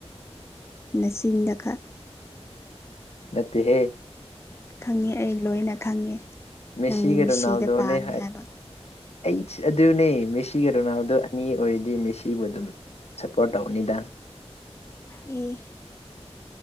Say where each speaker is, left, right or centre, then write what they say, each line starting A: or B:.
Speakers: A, on the left; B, on the left.
A: ꯅꯆꯤꯟꯗ ꯈꯛ
B: ꯅꯠꯇꯦ ꯍꯦ
A: ꯈꯪꯉꯦ ꯑꯩ ꯂꯣꯏꯅ ꯈꯪꯉꯦ
B: ꯃꯦꯁꯤꯒ
A: ꯅꯪꯗꯤ ꯃꯤꯁꯤꯗ
B: ꯔꯣꯅꯥꯜꯗꯣꯅꯦ
A: ꯄꯥꯝꯃꯦ
B: ꯍꯥꯏ
A: ꯍꯥꯏꯕ
B: ꯑꯩꯠꯁ ꯑꯗꯨꯅꯦ ꯃꯦꯁꯤꯒ ꯔꯣꯅꯥꯜꯗꯣ ꯑꯅꯤ ꯑꯣꯏꯔꯗꯤ ꯃꯦꯁꯤꯕꯨ ꯑꯗꯨꯝ ꯁꯄꯣꯔꯠ ꯇꯧꯒꯅꯤꯗ
A: ꯑꯤ